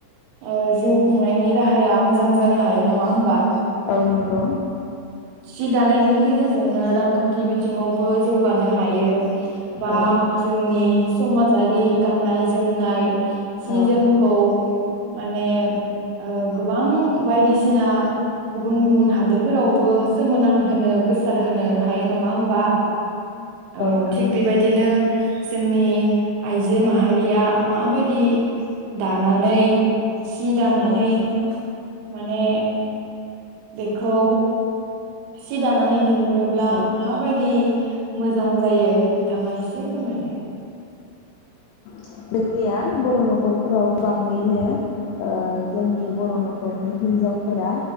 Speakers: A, on the right; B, on the left.
A: ओ जिउ खुंनायनि राहाया मोजां जानो हायो नङा होमबा।
B: औ नोंगौ।
A: सि दानायनि गेजेरजोंनो रांखान्थि बिथिङावबो जौगानो हायो। बा
B: औ
A: जोंनि समाजारि गाननाय जोमनाय सि
B: औ
A: जोमखौ माने ओ गोबां बायदिसिना गुबुन गुबुन हादोरफोरावबो सोमोनांहोनो गोसार होनो हायो नङा होमबा। औ
B: नंगौ
A: थिग
B: नंगौ
A: बेबायदिनो जोंनि आइजो माहारिया माबायदि दानानै सि दानानै
B: औ
A: माने बेखौ सि दानानै दिहुनोब्ला
B: औ
A: माबायदि मोजां जायो नोंथाङा एसे फोरमायलाय।
B: <unintelligible> निया बर' न'खरफोराव गोबाङैनो ओ जोंनि बर' न'खरनि हिन्जावफोरा